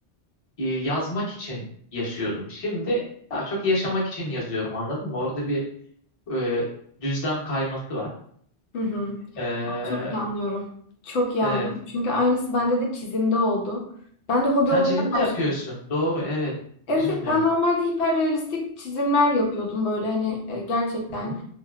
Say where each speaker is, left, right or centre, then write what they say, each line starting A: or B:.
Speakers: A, on the left; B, on the left.
A: e, yazmak için yaşıyordum. Şimdi daha çok yaşamak için yazıyorum anladın mı? Orada bir e, düzlem kayması var.
B: Hı hı.
A: Ee,
B: Ben çok iyi anlıyorum. Çok iyi
A: evet.
B: anlıyorum. Çünkü aynısı bende de çizimde oldu. Ben de hobi
A: Sen
B: olarak
A: çizim
B: başladım.
A: de yapıyorsun. Doğru, evet.
B: Evet,
A: Özür
B: evet
A: dilerim.
B: ben normalde hiperrealistik çizimler yapıyordum böyle hani e, gerçekten.
A: Hı hı,